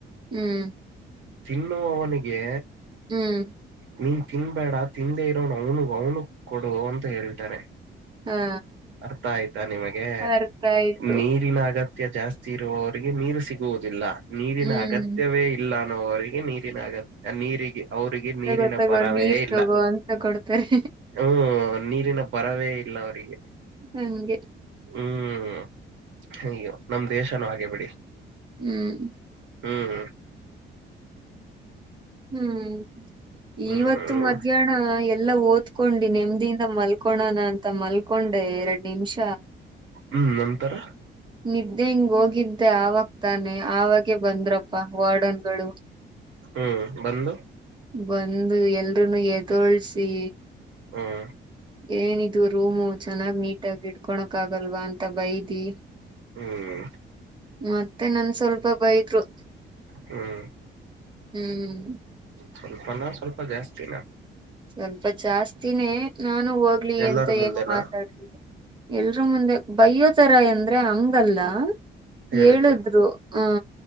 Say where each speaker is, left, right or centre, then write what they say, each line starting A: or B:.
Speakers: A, on the right (about 25°); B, on the right (about 75°).
A: ಹ್ಮ್
B: ತಿನ್ನುವವನಿಗೆ
A: ಹ್ಮ್
B: ನೀನ್ ತಿನ್ಬೇಡ ತಿಂದೇ ಇರೋನ್ ಅವನುಗ್ ಅವ್ನುಗ ಕೊಡು ಅಂತ ಹೇಳ್ತಾರೆ.
A: ಹಾ
B: ಅರ್ಥ ಆಯ್ತಾ ನಿಮಗೆ
A: ಅರ್ಥ ಆಯ್ತು
B: ನೀರಿನಗತ್ ಅಗತ್ಯ ಜಾಸ್ತಿ ಇರುವವರಿಗೆ ನೀರು ಸಿಗುವುದಿಲ್ಲ. ನೀರಿನ
A: ಹ್ಮ್
B: ಅಗತ್ಯವೇ ಇಲ್ಲ ಅನ್ನೋವರಿಗೆ ನೀರಿನ ಅಗತ್ಯ ನೀರಿಗೆ ಅವರಿಗೆ ನೀರಿನ
A: ತಗೋ ತಗೋ
B: ಪರಾವೆಯೇ
A: ನೀರ್
B: ಇಲ್ಲಾ.
A: ತಗೋ ಅಂತ ಕೊಡ್ತಾರೆ
B: ಹ್ಮ್, ನೀರಿನ ಪರವೇ ಇಲ್ಲ ಅವರಿಗೆ.
A: ಹಂಗೆ
B: ಹ್ಮ್, ಅಯ್ಯೋ! ನಮ್ ದೇಶನೂ ಹಾಗೆ ಬಿಡಿ.
A: ಹ್ಮ್
B: ಹ್ಮ್
A: ಹ್ಮ್,
B: ಹ್ಮ್
A: ಇವತ್ತು ಮಧ್ಯಾಹ್ನ ಎಲ್ಲಾ ಓದ್ ಕೊಂಡಿ ನೆಮ್ಮದಿಯಿಂದ ಮಲ್ಕೋಳೋಣ ಅಂತ ಮಲ್ಕೊಂಡೆ ಎರಡ್ ನಿಮಿಷ
B: ಹ್ಮ್, ನಂತರ
A: ನಿದ್ದೆ ಹಿಂಗ್ ಹೋಗಿದ್ದೆ ಆವಾಗ ತಾನೆ ಆವಾಗೆ ಬಂದ್ರಪ್ಪ ವಾರ್ಡನ್ಗಳು.
B: ಹ್ಮ್, ಬಂದು
A: ಬಂದು ಎಲ್ರುನು ಎದೋಳ್ಸಿ
B: ಹ್ಮ <unintelligible>
A: ಏನಿದು ರೂಮು ಚೆನ್ನಾಗ್ ನೀಟಾಗಿ ಇಟ್ಕೊಳಕ್ ಆಗಲ್ವಾ ಅಂತ ಬೈದಿ
B: ಹ್ಮ್
A: ಮತ್ತೆ ನನ್ ಸ್ವಲ್ಪ ಬೈದ್ರು.
B: ಹ್ಮ್‌
A: ಹ್ಮ್
B: ಸ್ವಲ್ಪನ ಸ್ವಲ್ಪ ಜಾಸ್ತಿನ
A: ಸ್ವಲ್ಪ ಜಾಸ್ತಿನೇ ನಾನು ಹೋಗ್ಲಿ
B: ಎಲ್ಲರ
A: ಎಂತ
B: ಮುಂದೆನಾ
A: ಏನು ಮಾತಾಡ್ಲೀಲ್ಲ. ಎಲ್ರು ಮುಂದೆ ಬಯ್ಯೋ ತರ ಅಂದ್ರೆ ಹಂಗಲ್ಲಾ
B: ಹೇಳಿದ್ರು
A: ಹೇಳುದ್ರು ಹ,